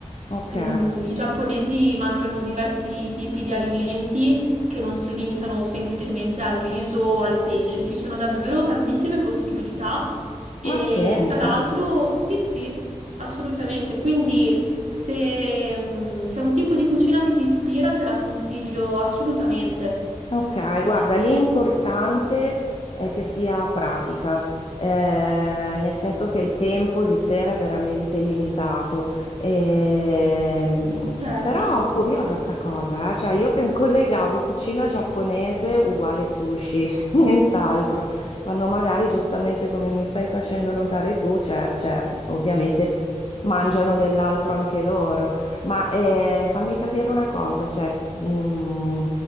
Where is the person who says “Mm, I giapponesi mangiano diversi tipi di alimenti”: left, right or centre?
Right